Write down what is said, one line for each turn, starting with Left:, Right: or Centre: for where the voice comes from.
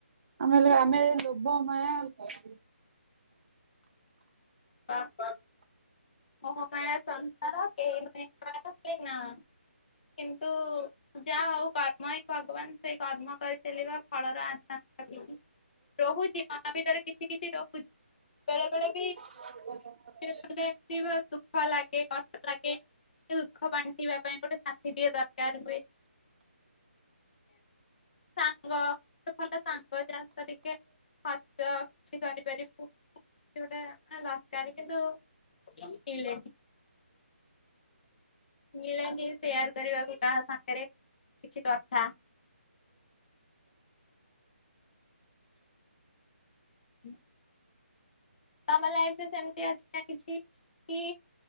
Right: ଆମେ ହେଲେ ଆମେ ଲୋଭ ସମମା <unintelligible>
Left: ବା ବ ମୋହ <unintelligible> ମାୟା ସଂସାର କେହି ନାହିଁ କାହାର ଏ ନା। କିନ୍ତୁ ଯାହା ହଉ କର୍ମ ହି ଭଗବାନ ସେଇ କର୍ମ କରିଚାଲିବା ଫଳର ଆଶା କରିବାନି ରହୁଚି ମନ ଭିତରେ କିଛି କିଛି ରଖୁଛି ବେଳେ ବେଳେ ବି
Right: ହ <unintelligible>
Left: କେତେ ବେଳେ ଏମିତି ଦୁଃଖ ଲାଗେ କଷ୍ଟ ଲାଗେ ସେ ଦୁଃଖ ବାଣ୍ଟିବା ପାଇଁ ଗୋଟେ ସାଥିୀଟିଏ ଦରକାର ହୁଏ ସାଙ୍ଗ ତୁମ ସଙ୍ଗ ଜାସହିତ ଟିକେ <unintelligible> ହଛ ସେ ବାରି ଭାରି ପ <unintelligible> ଏଠି ଗୋଟେ ଦରକାର କିନ୍ତୁ ମିଳେନି ମିଳେନି ସେୟାର କରିବାକୁ କାହା ସାଙ୍ଗରେ କିଛି କଥା ହୁଁ। ତମ ଲାଇଫରେ ସେମିତି ଅଛି ନା କିଛି କି